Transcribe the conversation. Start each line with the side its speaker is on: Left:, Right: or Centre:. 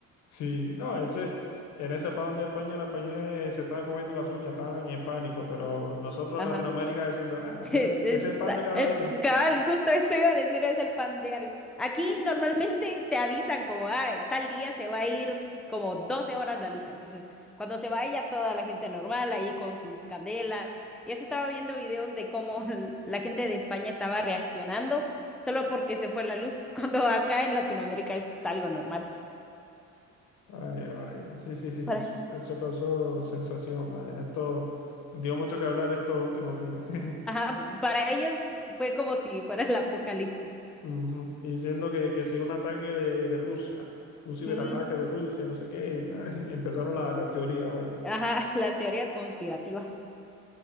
Left: Sí, no, ese, en ese apagón de España los españoles se están comiendo las uñas, están en pánico, pero nosotros
Centre: Ajá.
Left: en Latinoamérica diciendo, ah,
Centre: <laughs>
Left: eso
Centre: Es,
Left: es, ese es pan de cada
Centre: eh,
Left: día.
Centre: cabal, justo eso iba a decir, es el pan diario. Aquí
Left: <laughs>
Centre: normalmente te avisan como, ah, tal día se va a ir como 12 horas la luz. Entonces, cuando se vaya toda la gente normal ahí con sus candelas. Y eso estaba viendo videos de cómo l- la gente de España estaba reaccionando solo porque se fue la luz, <laughs> cuando acá en Latinoamérica es algo normal.
Left: Vaya, vaya. Sí, sí, sí,
Centre: Para,
Left: eso, eso causó sensación. vaya. Esto dio mucho que hablar estos últimos días. <laughs>
Centre: ajá, para ellos fue como si fuera el apocalipsis.
Left: Ujú. Y diciendo que, que si un ataque de, de Rusia, un ciberataque
Centre: Mm,
Left: de Rusia, no sé qué, y, <laughs> y empezaron la- las teorías, vaya.
Centre: ajá, <laughs> las teorías conspirativas.